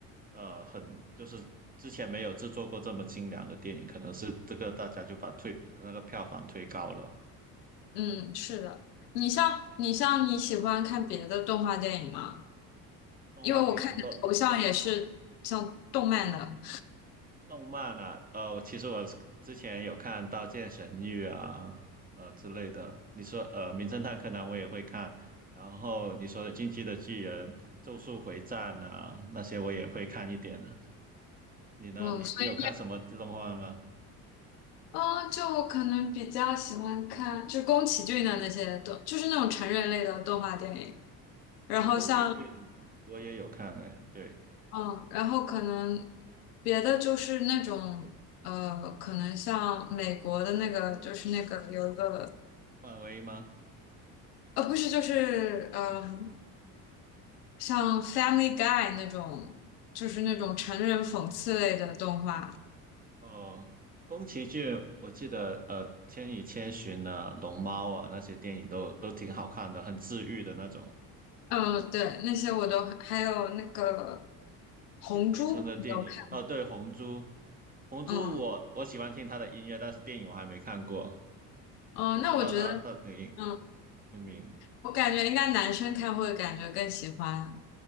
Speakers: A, on the right (about 20°); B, on the left (about 80°).
A: 呃很就是之前没有制作过这么精良的电影，可能是这个大家就把推那个票房推高了。
B: 嗯，是的，你像你像你喜欢看别的动画电影吗？
A: 动画电影，
B: 因为我看你的头像也是像动漫的，
A: 你说动漫啊，呃，其实我之前有看《刀剑神域》啊，呃之类的。你说呃，《名侦探柯南》我也会看，然后你说的《进击的巨人》《咒术回战》啊，那些我也会看一点啊。你呢？
B: 嗯，
A: 你你有看什么动漫吗？
B: 所以哦，就我可能比较喜欢看就宫崎骏的那些动，就是那种成人类的动画电影。然后像
A: 哦，宫崎骏我也有看哎，对，
B: 嗯，然后可能别的就是那种呃，可能像美国的那个，就是那个有一个
A: 漫威吗？
B: 呃，不是，就是嗯、像《Family Guy》那种，就是那种成人讽刺类的动画。
A: 哦，宫崎骏我记得呃，《千与千寻》啊，《龙猫》啊，那些电影都都挺好看的，很治愈的那种。
B: 嗯，对，那些我都还有那个《红猪》，
A: 新海诚的电影，
B: 你有看？
A: 哦，对，《红猪》，《红猪》我我喜欢听他的音乐，
B: 嗯
A: 但是电影我还没看过。
B: 嗯，
A: 我知道他他的影很出名，
B: 那我觉得，嗯，我感觉应该男生看会感觉更喜欢，